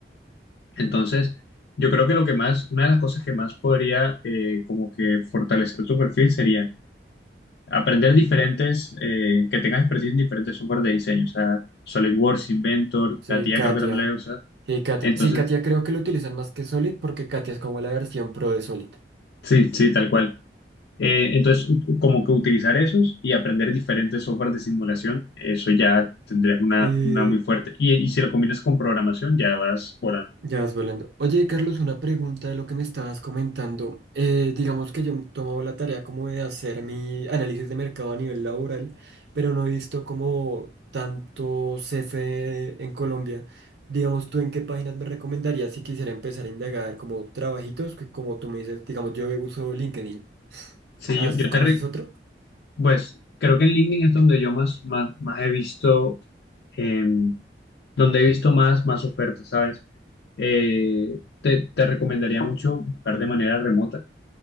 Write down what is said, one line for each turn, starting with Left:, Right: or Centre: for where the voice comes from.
Left: Entonces, yo creo que lo que más, una de las cosas que más podría eh, como que fortalecer tu perfil sería aprender diferentes, eh, que tengas expertise en diferentes software de diseño, o sea, SolidWorks, Inventor, Katia
Right: sí, Katia.
Left: creo que también lo he usado.
Right: Sí, Katia.
Left: Entonces,
Right: Sí, Katia creo que lo utilizan más que Solid porque Katia es como la versión pro de Solid.
Left: Sí, sí, tal cual. Eh, entonces, u- como que utilizar esos y aprender diferentes softwares de simulación, eso ya tendrías una,
Right: Eh,
Left: una muy fuerte. Y, y si lo combinas con programación, ya vas volando.
Right: Ya vas volando. Oye, Carlos, una pregunta de lo que me estabas comentando. Eh, digamos que yo he tomado la tarea como de hacer mi análisis de mercado a nivel laboral, pero no he visto como tanto CFE en Colombia. Digamos, ¿tú en qué páginas me recomendarías si quisiera empezar a indagar como trabajitos? Que como tú me dices, digamos, yo uso LinkedIn.
Left: Sí,
Right: ¿Has-
Left: yo, yo
Right: ¿Conoces
Left: te... re-
Right: otro?
Left: Pues creo que en LinkedIn es donde yo más, más, más he visto, em, donde he visto más, más ofertas, ¿sabes? Eh, te, te recomendaría mucho buscar de manera remota